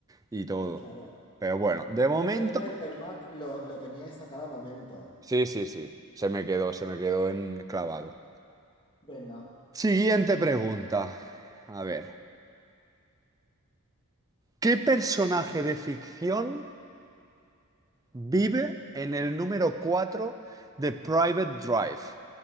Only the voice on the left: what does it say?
Claro.
Y El teorema de Fermat lo, lo teníais a cada momento.
Venga.